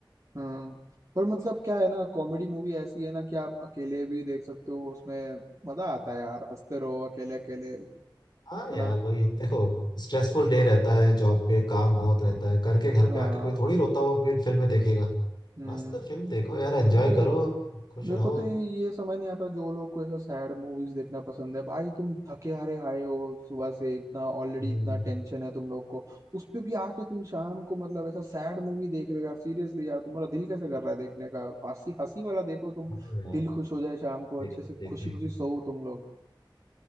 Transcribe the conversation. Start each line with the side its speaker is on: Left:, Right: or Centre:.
Right: हम्म पर मतलब क्या है ना कॉमेडी मूवी ऐसी है ना कि आप अकेले भी देख सकते हो उसमें मजा आता है यार हंसते रहो अकेले अकेले है
Left: हाँ यार
Right: ना
Left: वही देखो स्ट्रेसफुल डे रहता है जॉब पे काम बहुत रहता है करके घर
Right: हाँ
Left: पे आके कोई थोड़ी रोता हुआ फिर फिल्में देखेगा
Right: हम्म
Left: मस्त फिल्म देखो यार एंजॉय
Right: वही
Left: करो खुश
Right: मेरे
Left: रहो
Right: को तो ये ये समझ नहीं आता जो लोग को ऐसा सैड मूवीज देखना पसंद है भाई तुम थके हारे आए हो सुबह से इतना ऑलरेडी
Left: हम्म
Right: इतना टेंशन है तुम लोग को उस पे भी आके तुम शाम को मतलब ऐसा सैड मूवी देख रहे हो यार सीरियसली यार तुम्हारा दिल कैसे कर रहा है देखने का हंसी हंसी वाला देखो तुम
Left: हाँ यार।
Right: दिल खुश हो जाए शाम को
Left: देख
Right: अच्छे से
Left: देखे
Right: खुशी खुशी सो तुम लोग